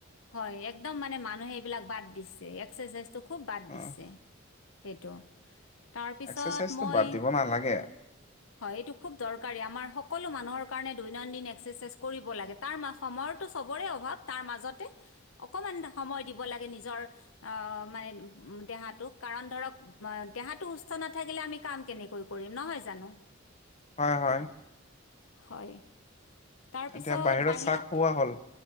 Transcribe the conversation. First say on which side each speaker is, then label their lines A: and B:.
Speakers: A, on the left; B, on the left.
A: হয়, একদম মানে মানুহে এইবিলাক বাদ দিছে, এক্সাৰচাইজটো খুব বাদ
B: অ
A: দিছে। সেইটো তাৰপিছত
B: এক্সাৰচাইজটো
A: মই
B: বাদ দিব নালাগে।
A: হয়, এইটো খুব দৰকাৰী আমাৰ সকলো মানুহৰ কাৰণে দৈনন্দিন এক্সাৰচাইজ কৰিব লাগে। তাৰ ম- সময়তো চবৰে অভাৱ, তাৰ মাজতে অকমান সময় দিব লাগে নিজৰ আহ, মানে উম, দেহাতোক কাৰণ ধৰক দেহাটো সুস্থ নাথাকিলে আমি কাম কেনেকৈ কৰিম নহয় জানো।
B: হয়, হয়।
A: হয়, তাৰপিছত
B: এতিয়া
A: বাহিৰত
B: চাহ খোৱা হ'ল